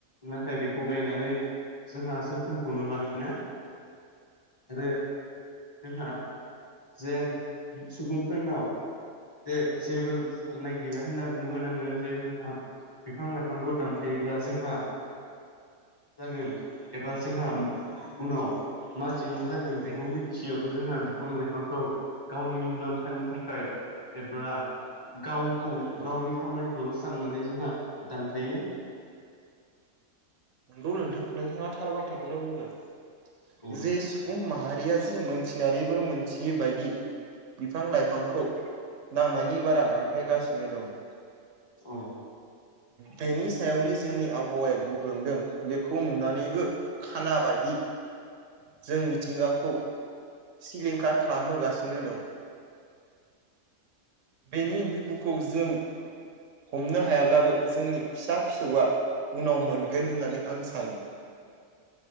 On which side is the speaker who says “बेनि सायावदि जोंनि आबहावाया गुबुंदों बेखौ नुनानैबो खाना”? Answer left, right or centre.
Right